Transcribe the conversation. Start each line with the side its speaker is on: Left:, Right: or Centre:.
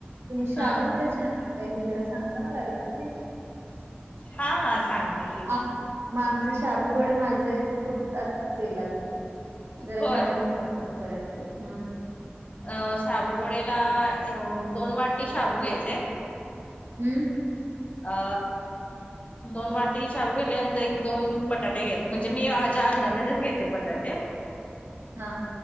Right: तुम्ही शाबू
Left: हा
Right: वड छान करतायं की जरा सांगता मला रेसीपी.
Left: हा. हा. सांगते की.
Right: आम मग आमचे शाबू वडे माझे अस फुटतात तेलात. जरा
Left: होय
Right: सांगा कि मग कसं करायचं ते. ह.
Left: अ साबु वडेला य दोन वाटी शाबू घ्यायचे.
Right: हम्म.
Left: अ दोन वाटी शाबू घेल्यानंतर एक, दोन बटाटे घ्यायचे. म्हणजे मी माझ्या अंदाजानेच घेते बटाटे.
Right: हा.